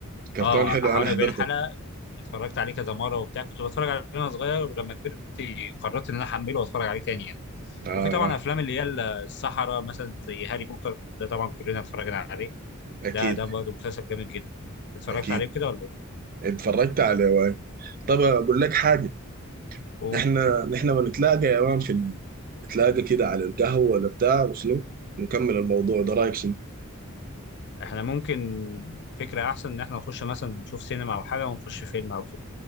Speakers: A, on the right; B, on the left.
A: كرتون
B: اه
A: حلو
B: حوالي
A: انا حضرته
B: 40 حلقه اتفرجت عليه كذا مره وبتاع كنت بتفرج عليه وانا صغير ولما كبرت قررت ان انا احمله واتفرج عليه تاني يعني
A: آه آه،
B: وفي طبعا افلام اللي هي السحره مثلا زي هاري بوتر ده طبعا كلنا اتفرجنا عليه
A: اكيد
B: ده ده برضه مسلسل جامد جدا اتفرجت
A: اكيد
B: عليه كده ولا ايه؟
A: اتفرجت على واي طب اقول لك حاجه
B: قول
A: احنا نحن بنتلاقى يا مان في ال... نتلاقى كده على القهوه ولا بتاع وشنو ونكمل الموضوع ده رايك شنو
B: احنا ممكن فكرة احسن ان احنا نخش مثلا نشوف سينما او حاجة ونخش فيلم او كده